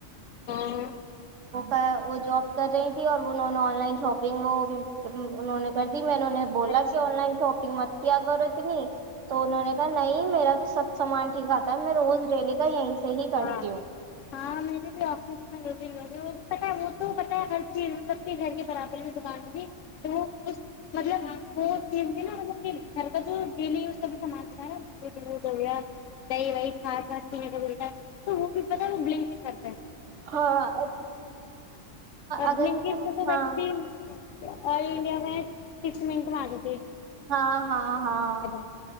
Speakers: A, on the left (about 85°); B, on the right (about 75°).
A: ہاں
B: واہ جاب کر رہی تھی اور آن لائن شاپنگ انہوں نے ب جی میں نے انہیں بولا
A: اچھا
B: کہ آن لائن شاپنگ مت کیا کرو اتنی تو انہوں نے کہا نہیں میرا تو سب سامان ٹھیک کاتا ہے میں روز ریلی کا یہیں سے ہی کرتی
A: ہاں
B: ہوں
A: ہاں میری بھی آفس میں ب پتا ہے وہ تو پتاہ ہے ہر چیز ملب گھر کے برابر میں دکان ہوگ تو وہ مطلب وہ چیز نا وہ گھر کا جو ڈیلی وز کا سامان ہوتا ہے نا گود وود ہو گیا دہی وی چھس وا پینے کا بولتا ہے تو وہ بھی پتا وہ بلنک کرتے
B: ہاں
A: تو
B: اگر جیسے
A: ویسے
B: ہاں
A: بھی آ انڈیا میں سکس مین کو مار دوں ہ
B: ہاں ہاں ہاں
A: ہے